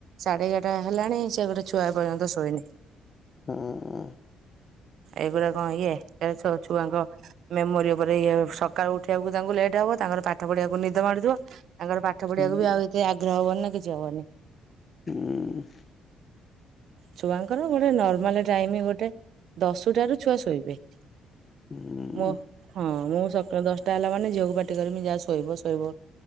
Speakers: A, on the right; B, on the left.
A: ସାଢ଼େ ଏଗାରଟା ହେଲାଣି, ସେ ଗୋଟେ ଛୁଆ ଏ ପର୍ଯ୍ୟନ୍ତ ଶୋଇନି।
B: ହୁଁ।
A: ଏଗୁରା କଣ ଇଏ ଏ ଛ ଛୁଆଙ୍କ ମେମୋରୀ ଉପରେ ଇଏ ସକାଳୁ ଉଠିବାକୁ ତାଙ୍କୁ ଲେଟ୍ ହବ। ତାଙ୍କର ପାଠ ପଢ଼ିବାକୁ ନିଦ ମାଡୁଥିବ। ତାଙ୍କର ପାଠ ପଢ଼ିବାକୁ
B: ହୁଁ
A: ବି ଆଉ ଇ କି ଆଗ୍ରହ ହବନି, ନା କିଛି ହବନି।
B: ହୁଁ।
A: ଛୁଆଙ୍କର ଗୋଟେ ନର୍ମାଲ ଟାଇମ୍ ଗୋଟେ ଦଶଟା ରୁ ଛୁଆ ଶୋଇବେ।
B: ହୁଁ ହୁଁ
A: ମୋ ହଁ, ମୁଁ ସ ଦଶଟା ହେଲା ମାନେ ଝିଅକୁ ପାଟି କରିମି ଯା ଶୋଇବ। ଶୋଇବ